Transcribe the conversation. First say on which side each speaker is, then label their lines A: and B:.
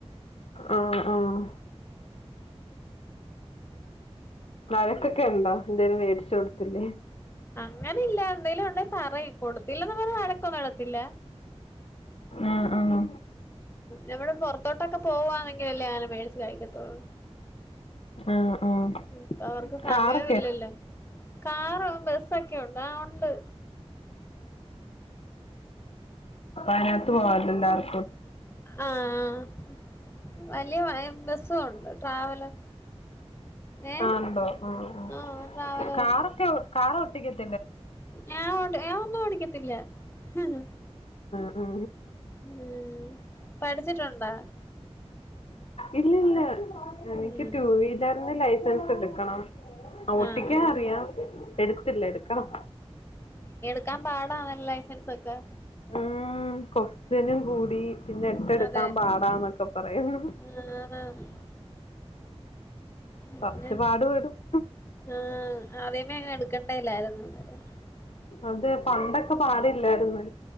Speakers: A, on the left; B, on the left.
A: ആഹ് ആഹ്. വഴക്കൊക്കെ
B: പിന്നെ
A: ഉണ്ടോ എന്തേലും മേടിച്ച കൊടുത്തില്ലേ
B: അങ്ങനെ ഇല്ല എന്തേലും ഉണ്ടങ്കിൽ പറയും കൊടുത്തില്ലന്ന് പറഞ്ഞ് വഴക്ക് പറയത്തില്ല
A: ആഹ് ആഹ്.
B: നമ്മൾ പൊറത്തോട്ടൊക്കെ പോവാന്നെങ്കിലല്ലേ അങ്ങനെ മേടിച് കഴിക്കത്തോള്ളൂ
A: ആഹ് ആഹ്.
B: ഇപ്പ അവർക്ക് സമയവും
A: കാറോ?
B: ഇല്ലല്ലോ ക കാറും ബസ്സൊക്കെണ്ട് ആ ഉണ്ട്
A: പുറത്ത് പോകല്ലായിരുന്നു <unintelligible>
B: ആ ആ വലിയ <unintelligible> ബസും ഉണ്ട് ട്രാവലർ ഏഹ്
A: ആണ്ടോ ആ ആ
B: ആഹ് ട്രാവലറൊക്കെ
A: കാറൊക്കെ കാർ ഓട്ടിക്കത്തി
B: ഞാൻ ഓടെ ഞാൻ ഒന്നും ഓടിക്കത്തില്ല ഹ് ഹ്
A: ആ ആ
B: ഉം പഠിച്ചിട്ടുണ്ടാ
A: ഇല്ല ഇല്ല എനിക്ക്
B: ഉം
A: ടു വീലറിന്റെ ലൈസൻസ് എടുക്കണം ഓട്ടിക്കാൻ
B: ആഹ് ആഹ്
A: അറിയാം എടുത്തില്ല എടുക്കണം
B: ക്കാൻ പാടാ നല്ല ലൈസൻസ് ഒക്കെ
A: ഊമ് ക്വസ്റ്റ്യനും കൂടി പിന്നെ എട്ടെടുക്കാൻ
B: അതെ
A: പാടാന്നൊക്കെ പറയുന്ന്
B: ആഹ് അതാണ് പിന്നെ
A: കൊറച്ചു പാട് പെടും-
B: ആഹ് ആദ്യമേ അങ് എടുക്കണ്ടേല്ലാരുന്നോ <unintelligible>
A: അതെ പണ്ടൊക്കെ പാടില്ലാര്ന്ന്